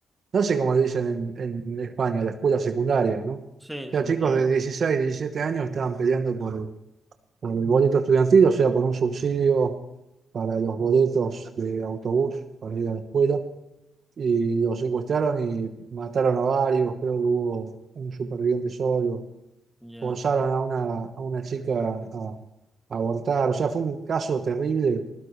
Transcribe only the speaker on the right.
no sé cómo le dicen en, en España, la escuela secundaria, ¿no? O
sea,
chicos de 16, 17 años estaban peleando por, por el boleto estudiantil, o sea, por un subsidio para los boletos de autobús para ir a la escuela y lo secuestraron y mataron a varios, creo que hubo un superviviente solo,
forzaron a una, a una chica a, a abortar, o sea, fue un caso terrible,